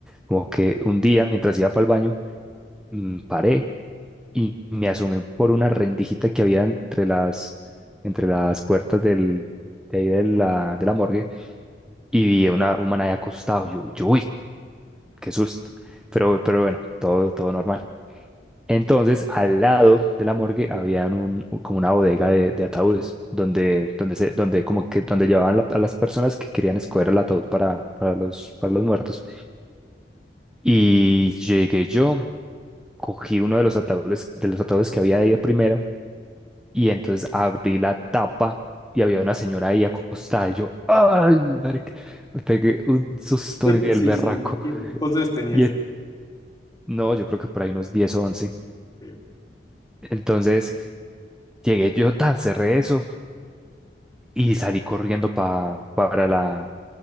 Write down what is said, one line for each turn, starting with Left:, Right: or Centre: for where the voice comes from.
Centre: como que un día mientras iba para el baño, mm, paré y me asomé por una rendijita que había entre las, entre las puertas del, de ahí de la, de la morgue y vi a una, un man ahí acostado. Yo, yo, uy, qué susto. Pero, pero bueno, todo, todo normal. Entonces, al lado de la morgue había un, un- como una bodega de, de ataúdes, donde, donde, se, donde, como que, donde llevaban la- a las personas que querían escoger el ataúd para, para los, para los muertos. Y llegué yo, cogí uno de los ataúdes, de los ataúdes que había ahí de primero, y entonces abrí la tapa y había una señora ahí acostada. Y yo, ¡ay! marica! Me pegué un susto
Left: Sí,
Centre: en
Left: pues
Centre: el
Left: sí,
Centre: berraco.
Left: sí, me imagino. ¿Cuántos años tenías?
Centre: Y en- no, yo creo que por ahí unos 10 o 11.
Left: Eh,
Centre: Entonces llegué yo, tan cerré eso y salí corriendo pa- para la,